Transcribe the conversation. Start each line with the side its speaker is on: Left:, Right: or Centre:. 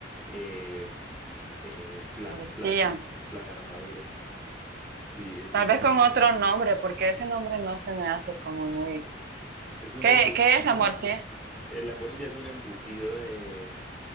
Centre: Eh, eh, pla-
Right: Morcilla.
Centre: pla- plátano maduro. Sí, es
Right: Tal
Centre: un,
Right: vez con otro nombre, porque ese nombre no se me hace como muy...
Centre: es un
Right: ¿Qué,
Centre: embu-
Right: qué es la morcilla?
Centre: Eh, La morcilla es un embutido de,